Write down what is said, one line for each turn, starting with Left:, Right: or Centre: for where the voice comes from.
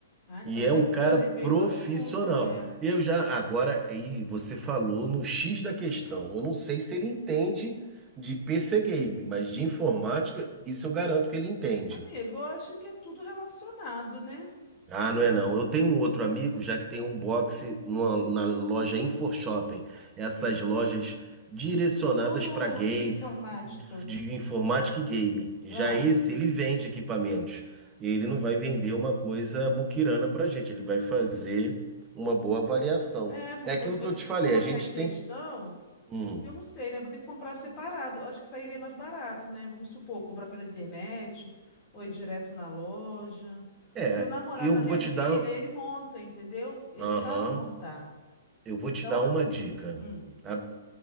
Left: Ah, então
Right: E
Left: ele
Right: é
Left: deve
Right: um cara
Left: entender
Right: profissional.
Left: bem do assunto, é.
Right: Eu já agora aí você falou no X da questão. Eu não sei se ele entende de PC game, mas de informática isso eu garanto que ele entende.
Left: Amigo, eu acho que é tudo relacionado, né?
Right: Ah, não é não. Eu tenho um outro amigo, já que tem um boxe numa- na loja Info Shopping. Essas
Left: Hum,
Right: lojas direcionadas
Left: tudo
Right: para game,
Left: de informática.
Right: de informática e game. Já
Left: Ah,
Right: esse, ele vende equipamentos. Ele não vai vender uma coisa muquirana para gente. Ele vai fazer uma boa avaliação.
Left: é, porque
Right: É aquilo
Left: eu, eu
Right: que eu
Left: tenho
Right: te falei.
Left: que colocar
Right: A gente
Left: em questão,
Right: tem. Hum.
Left: eu não sei, né? Vou ter que comprar separado. Eu acho que sairia mais barato, né? Vamos supor, comprar pela internet ou ir direto na loja.
Right: É,
Left: Porque o namorado
Right: eu
Left: da
Right: vou
Left: minha
Right: te
Left: filha,
Right: dar.
Left: ele monta, entendeu? Ele
Right: Aham.
Left: sabe montar.
Right: eu vou
Left: Então,
Right: te dar
Left: assim,
Right: uma dica.
Left: hum,
Right: A